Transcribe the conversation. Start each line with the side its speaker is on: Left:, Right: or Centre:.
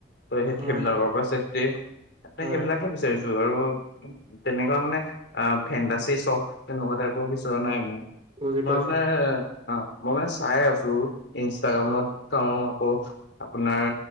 Left: পাৰে ত' সেই-
Right: হয়,
Left: সেইবিলাকৰ
Right: হয়,
Left: পৰা চেফটি এ
Right: হয়।
Left: সেইবিলাকহে বিচাৰিছোঁ আৰু তেনেকুৱা মানে অ, ফেণ্টাচি চখ তেনেকুৱা টাইপৰ বিচৰা নাই
Right: বুজি
Left: মই
Right: পাইছো।
Left: আপোনাৰ অ, মই মানে চাই আছোঁ ইনষ্টাগ্ৰামত
Right: উম,
Left: চাওঁ আকৌ আপোনাৰ